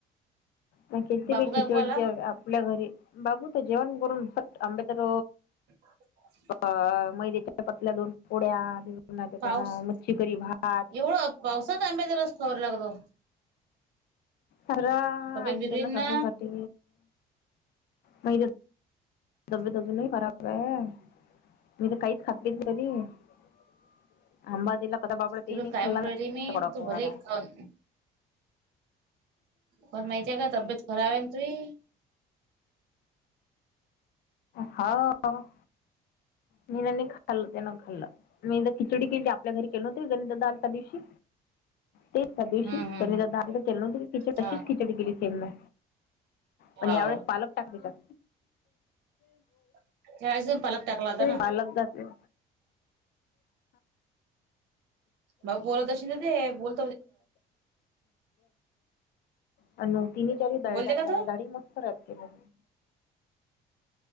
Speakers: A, on the left (about 65°); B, on the right (about 90°).
A: नाही. कती
B: बाबू
A: बी
B: काय
A: खिचडी
B: बोला
A: ते आपल्या घरी बाबू चं जेवण करून. सट आंबे तर
B: <unintelligible>
A: अं मै <unintelligible> पतल्या दोन पोड्या त्यानं
B: पाऊस
A: मच्छीकरी भात
B: एवढं पावसात आंब्याचा रस गोड लागतो.
A: खरा आईनं
B: तब्येत बिघडीन
A: त्यांना सासूसाठी
B: ना
A: पाहिजेत. तब्येत अजूनही खराब आहे. मी तर काहीच खात पीत <inaudible> आंबा दिला. कसा बापडा तेही
B: तुला
A: नाही
B: काय
A: खाल्ला
B: म्हणून राहिले मी
A: तगडा
B: तू
A: कुवारा
B: भले अं पण माहिती आहे का? तब्येत खराब आहे ना तुझी.
A: हां. मीनं नाही खाल्लं. ते नं खाल्लं. मीनं खिचडी केलती. आपल्या घरी केलं नव्हती. <unintelligible> डाल ता दिवशी. तेच त्या
B: हम्म
A: दिवशी <unintelligible>
B: हम्म हम्म
A: खिचडी तशीच
B: हा
A: खिचडी केली सेम मी. पण या
B: हो
A: वेळेस पालक टाकलेला.
B: <unintelligible> होता ना
A: पालक जाते.
B: बा बोलत असेल ना ते बोल.
A: अणं तिन्ही, चारी डाळी
B: बोलते
A: टाकल्या.
B: का तो
A: डाळी मं फरकी मगं